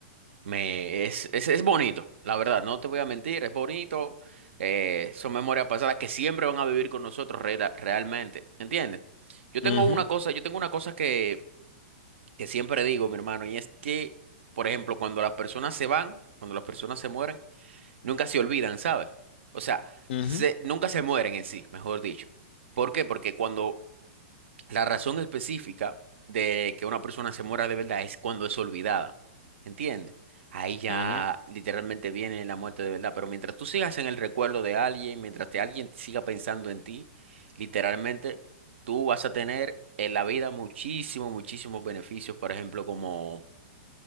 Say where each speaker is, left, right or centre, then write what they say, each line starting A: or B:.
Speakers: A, on the right (about 70°); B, on the left (about 55°).
A: Me, es, es, es bonito, la verdad, no te voy a mentir, es bonito. eh, son memorias pasadas que siempre van a vivir con nosotros rela- realmente, ¿entiendes? Yo tengo
B: Ujú,
A: una cosa, yo tengo una cosa que, que siempre digo, mi hermano, y es que, por ejemplo, cuando las personas se van, cuando las personas se mueren, nunca se olvidan, ¿sabes? O sea,
B: ujú,
A: se, nunca se mueren en sí, mejor dicho. ¿Por qué? Porque cuando la razón específica de que una persona se muera de verdad es cuando es olvidada. ¿Entiendes? Ahí ya
B: ujú,
A: literalmente viene la muerte de verdad. Pero mientras tú sigas en el recuerdo de alguien, mientras te, alguien siga pensando en ti, literalmente tú vas a tener en la vida muchísimos, muchísimos beneficios. Por ejemplo, como,